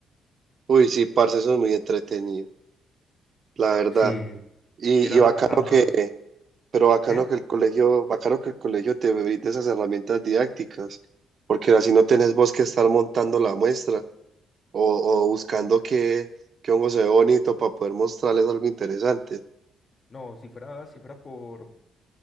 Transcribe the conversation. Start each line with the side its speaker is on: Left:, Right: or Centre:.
Right: Uy, sí, parce, eso es muy entretenido, la verdad.
Left: Si
Right: Y,
Left: eran
Right: y bacano
Left: matados,
Right: que, pero bacano
Left: ¿qué?
Right: que el colegio, bacano que el colegio te brinde esas herramientas didácticas, porque así no tenés vos que estar montando la muestra o, o buscando qué, qué hongo se ve bonito para poder mostrarles algo interesante.
Left: No, si fuera, si fuera por...